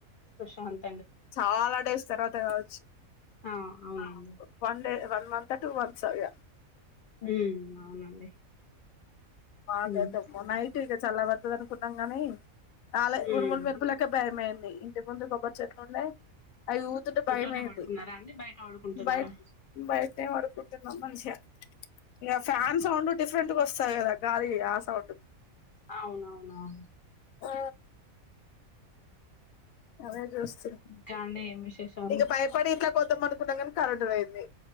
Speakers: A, on the left (about 60°); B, on the left (about 75°).
A: ప్రశాంత
B: చాలా డేస్ తర్వాత కావచ్చు
A: ఆ అవునండి
B: ఆ one day one month two months ఇగా
A: మ్మ్ అవునండి
B: మగైతే
A: ఉమ్
B: మునైట్ ఇగ చల్ల బడతది అనుకున్నాం గానీ రాలే
A: ఉమ్
B: ఉరుములు మెరుపులకే భయమైంది ఇంటి ముందు కొబ్బరి చెట్లుండే అవి ఊతుటే
A: ఇంట్లోనే
B: భయమైంది
A: పడుకున్నారా అండి బయట పడుకుంటున్నారా
B: బయ బయటే మడుకు <unintelligible> ఇగ ఫ్యాన్ సౌండ్ డిఫరెంట్గా వస్తాయి కదా గాలి ఆ సౌండ్
A: అవునవునవును
B: ఆ అదే చూస్తు
A: ఇంకా అండి ఏం విశేషాలు
B: ఇంక భయపడి ఇట్లా కొ తం అనుకున్నాం కానీ కరెంట్ పోయింది